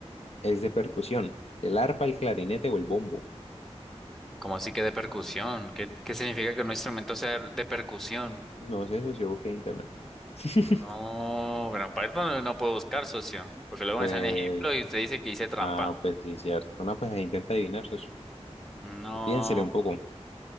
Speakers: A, on the left; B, in the centre.
A: es de percusión? ¿El arpa, el clarinete o el bombo?
B: ¿cómo así que de percusión? ¿Qué, qué significa que un instrumento sea de percusión?
A: No sé, socio, busqué en internet. <laughs>
B: No, bueno, para eso no, no puedo buscar, socio, porque luego
A: Pues,
B: me sale ejemplo y usted dice que hice trampa.
A: ah, pues sí, cierto. No, pues ahí intenta adivinar, socio.
B: No,
A: Piénsele un poco.